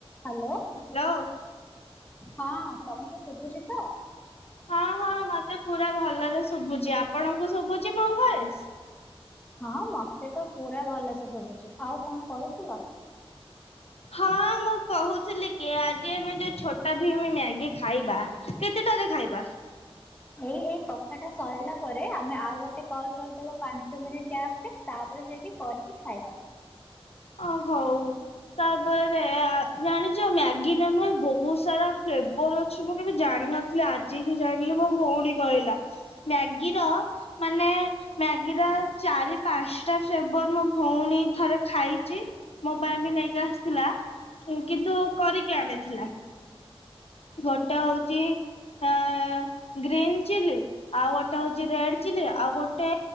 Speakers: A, on the left (about 15°); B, on the left (about 75°).
A: Hello
B: hello
A: ହଁ ତମ ଶୁଭୁଚି ତ।
B: ହଁ ହଁ ମତେ ପୁରା ଭଲରେ ଶୁଭୁଚି ଆପଣଙ୍କୁ ଶୁଭୁଚି ମୋ ଭଏସ?
A: ହଁ ମତେ ତ ପୁରା ଭଲସେ ଶୁଭୁଚି ଆଉ କଣ କରୁଥିଲ?
B: ହଁ ମୁଁ କୋହୁଥିଲି କି ଆଜି ଆମେ ଯୋଉ ଛୋଟା ଭୀମ ମ୍ୟାଗି ଖାଇବା କେତେଟାରେ ଖାଇବା?
A: ଏଇ ଏଇ କଥାଟା ସରିଲା ପରେ ଆମେ ଆଉ ଗୋଟେ କଲ କରିଦବା ପାଞ୍ଚ ମିନିଟ ଗ୍ୟାପରେ ତାପରେ ଯାଇଁକି କରିକି ଖାଇବା।
B: ଓ ହୋଉ ତାପରେ ଆ ଜାଣିଚ ମ୍ୟାଗିର ନା ବହୁତ ସାରା ଫ୍ଲେବର ଅଛି ବୋଲି ମୁଁ ଜାଣିିନଥିଲି ଆଜି ହିଁ ଜାଣିଲି ମୋ ଭଉଣୀ କହିଲା ମ୍ୟାଗିର ମାନେ ମ୍ୟାଗିର ଚାରି ପାଞ୍ଚଟା ଫ୍ଲେବର୍ ମୋ ଭଉଣୀ ଥରେ ଖାଇ ଚି ମୋ ପାଇଁ ବି ନେଇକି ଆସିଥିଲା କିନ୍ତୁ କରିକି ଆଣିଥିଲା। ଗୋଟେ ହଉଚି ଆଂ ଗ୍ରୀନ ଚିଲି ଆଉ ଗୋଟେ ହୋଉଚି ରେଡ ଚିଲି ଆଉ ଗୋଟେ